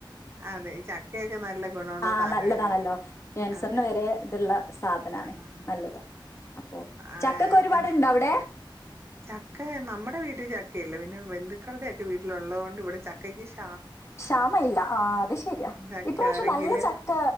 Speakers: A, on the right (about 30°); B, on the left (about 35°).
A: അതെ ചക്കയൊക്കെ നല്ല ഗുണമുള്ള
B: ആ
A: സാധനല്ലേ
B: നല്ലതാണല്ലോ ക്യാൻസറിന്
A: അതെ
B: വരെ ഇതുള്ള സാധനാണേ,
A: ആഹ്
B: നല്ലതാ അപ്പൊ
A: ആഹ്
B: ചക്കൊക്കെ
A: അങ്ങനെ
B: ഒരുപാടുണ്ടോ അവിടെ?
A: ചക്ക നമ്മുടെ വീട്ടിൽ ചക്കയില്ല, പിന്നെ ബന്ധുക്കളുടെ ഒക്കെ വീട്ടിൽ ഉള്ളോണ്ട് ഇവിടെ ചക്ക ഇച്ച്
B: ക്ഷാമവില്ല ആ അത് ശരിയാ,
A: ചക്ക
B: ഈ പ്രാവശ്യ
A: ആരെങ്കില്
B: നല്ല ചക്ക